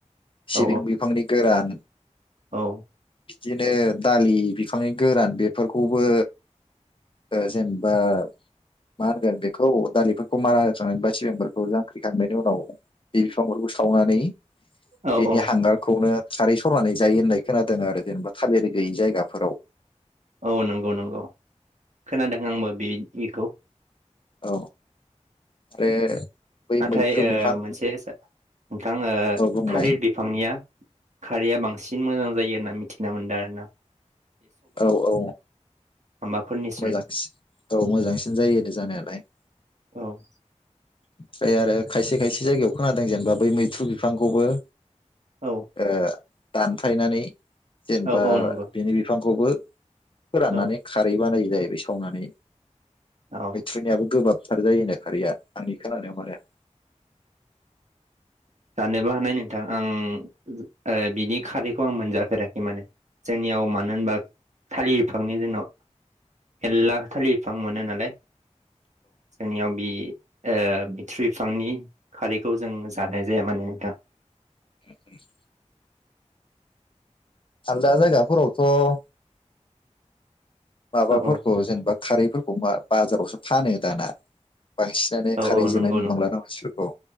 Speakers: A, on the right; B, on the left.
A: औ
B: सिबिं बिफांनि गोरान
A: औ
B: बिदिनो दालि बिफांनि गोरान बेफोरखौबो ओ जेनबा मा होनगोन बेखौ दालिफोरखौ मारा होखांनानै बा सिबिांफोरखौ जांख्रिखांनायनि उनाव बे बिफांफोरखौ सावनानै
A: औ
B: बेनि
A: औ
B: हांगारखौनो खारै सरनानै जायो होननाय खोनादों आरो जेनेबा थालिर गैयि जायगाफोराव
A: औ नंगौ नंगौ खोनादों आंबो बे इखौ
B: औ आरो बै
A: नाथाय
B: मैथ्रु
A: ओ
B: बिफां
A: मोनसे सो नोंथां ओ
B: औ बुंलाय
A: थालिर बिफांनिया खारिया बांसिन सिन मोजां जायो होनना मिथिना मोनदों आरो ना
B: औ औ
A: माबाफोरनिस्रुइ
B: मोजांसि औ मोजांसिन जायो जानायालाय ।
A: औ ।
B: ओमफ्राय आरो खायसे खायसे जायगायाव खोनादों जेनेबा बै मैथ्रु बिफांखौबो ओ
A: औ
B: । दानफायनानै जेनबा
A: औ औ नंगौ
B: बिनि बिफांखौबो फोराननानै
A: औ
B: खारै बानायो जाहैबाय सावनानै ।
A: औ
B: मैथ्रुनियाबो गोबाब थारजायोनो खारिया आंनिखोनानायाव माने ।
A: <unintelligible> नाय नोंथां आं ओ बिनि खारैखौ आं मोनजाफेराखै माने । जोंनियाव मानो होनबा थालिर बिफांनि जोंनाव मेरला थालिर बिफां मोनो नालाय जोंनियाव बि ओ मिथ्रु बिफांनि खारैखौ जों जा जानाय जाया माने नोंथां।
B: ए <inaudible> आलदा जायगाफोरावथ' माबाफोरखौ
A: औ औ
B: जेनेबा खारैफोरखौ बा बाजारावसो फानो दाना । बांसिनानो
A: औ
B: खारै
A: औ
B: जानाय
A: नंगौ
B: नुुबांलाना
A: नंगौ
B: मानसिफोरखौ